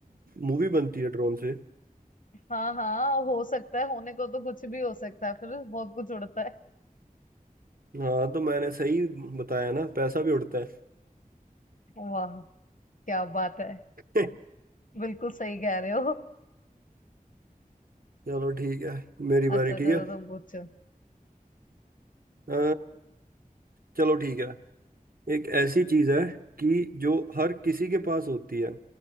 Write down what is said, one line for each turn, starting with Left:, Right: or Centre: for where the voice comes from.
Right: मूवी बनती है ड्रोन से
Left: हाँ हाँ हो सकता है होने को तो कुछ भी हो सकता है फिर बहुत कुछ उड़ता है
Right: हाँ तो मैंने सही बताया ना पैसा भी उड़ता है
Left: वाह क्या बात है
Right: <laughs>
Left: बिल्कुल सही कह रहे हो
Right: चलो ठीक है मेरी
Left: अच्छा
Right: बारी ठीक
Left: चलो
Right: है
Left: तुम पूछो
Right: अ, चलो ठीक है एक ऐसी चीज है कि जो हर किसी के पास होती है